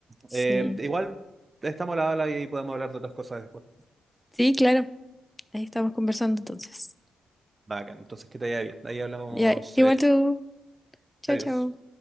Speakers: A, in the centre; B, on the right.
A: Sí.
B: Eh, igual estamos a la habla y podemos hablar de otras cosas después.
A: Sí, claro. Ahí estamos conversando entonces.
B: Bacán, entonces que te vaya bien. Ahí hablamos.
A: Ya, igual
B: eh,
A: tú. Chao,
B: Adiós.
A: chao.